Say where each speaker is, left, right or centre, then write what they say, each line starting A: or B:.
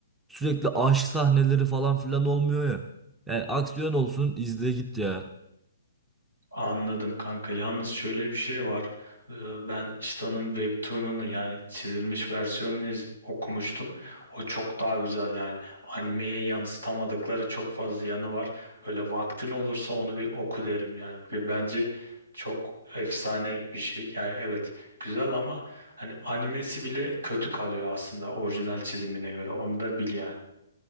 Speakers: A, in the centre; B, on the right.
A: Sürekli aşk sahneleri falan filan olmuyor ya. Yani aksiyon olsun izle git ya.
B: Anladım kanka. Yalnız şöyle bir şey var. Ee, Ben işte onun webtoon'unu yani çizilmiş versiyonunu iz- okumuştum. O çok daha güzel yani. Animeye yansıtamadıkları çok fazla yanı var. Böyle vaktin olursa onu bir oku derim yani. Ve Bence çok efsane bir şey. Yani evet güzel ama hani animesi bile kötü kalıyor aslında orijinal çizimine göre. Onu da bil yani.